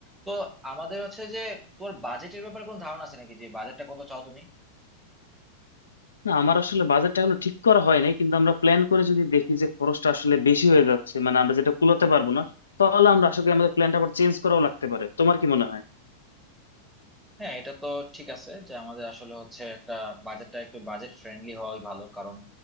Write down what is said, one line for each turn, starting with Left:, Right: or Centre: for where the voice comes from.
Centre: তো আমাদের হচ্ছে যে তোর বাজেটের ব্যাপারে কোনো ধারণা আছে নাকি যে বাজেটটা কত চাও তুমি
Left: না আমার আসলে বাজেটটা এখনো ঠিক করা হয় নাই কিন্তু আমরা প্ল্যান করে যদি দেখি যে খরচটা আসলে বেশি হয়ে যাচ্ছে মানে আমরা যেটা কুলাতে পারবো না তাহলে আমরা আশা করি আমাদের প্ল্যানটা আবার চেঞ্জ করাও লাগতে পারে তোমার কি মনে হয়
Centre: হ্যাঁ এটা তো ঠিক আছে যে আমাদের আসলে হচ্ছে একটা বাজেটটা একটু বাজেট ফ্রেন্ডলি হওয়াই ভালো কারণ